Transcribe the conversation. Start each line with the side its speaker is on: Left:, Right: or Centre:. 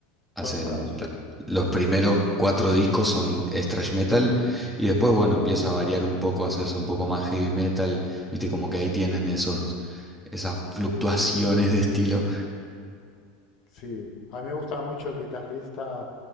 Centre: Hacen
Left: Son thrash,
Centre: ta-
Left: sí.
Centre: los primeros cuatro discos son es thrash metal y después, bueno, empieza a variar un poco, a hacerse un poco más heavy metal. Viste, como que ahí tienen esos, esas fluctuaciones de estilo.
Left: Sí, a mí me gustaba mucho el guitarrista,